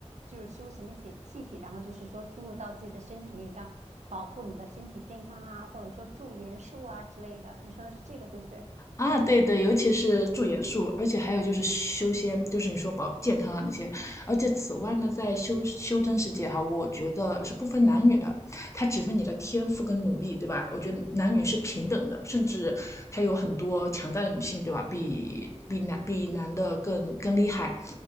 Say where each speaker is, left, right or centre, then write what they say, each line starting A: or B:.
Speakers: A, on the right; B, on the left.
A: 就是修行那些气体，然后就是说注入到自己的身体里，让保护你的身体健康啊，或者说驻颜术啊之类的。你说的是这个，对不对？
B: 啊，对对，尤其是驻颜术，而且还有就是修仙，就是你说保健康啊那些，而且此外呢，在修修真世界哈，我觉得是不分男女的，它只分你的天赋跟努力，对吧？我觉得男女是平等的，甚至还有很多强大的女性，对吧？比比男比男的更更厉害。